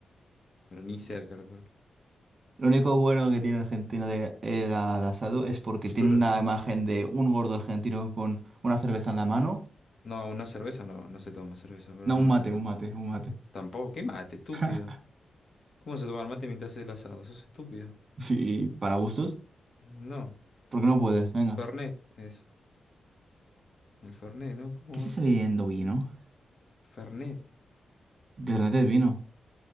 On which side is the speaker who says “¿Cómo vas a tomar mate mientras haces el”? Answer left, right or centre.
Left